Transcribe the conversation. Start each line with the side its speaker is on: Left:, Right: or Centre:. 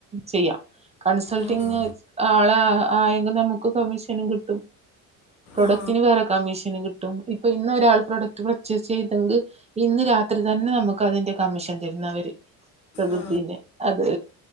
Right: ചെയ്യാം കൺസൾട്ടിങ്
Left: ഉം.
Right: ആള ആയെങ്കും നമുക്ക് കമ്മീഷനും കിട്ടും പ്രൊഡക്റ്റന്
Left: ആ
Right: വേറെ കമ്മീഷന് കിട്ടും ഇപ്പൊ ഇന്ന് ഒരാൾ പ്രൊഡക്റ്റ് പർച്ചേസ് ചെയ്ത്ക്ക് ഇന്ന് രാത്രി തന്നെ നമക്ക് അതിന്റെ കമ്മീഷൻ തരുന്ന അവര് പ്രകൃതിന്
Left: ആ
Right: അത്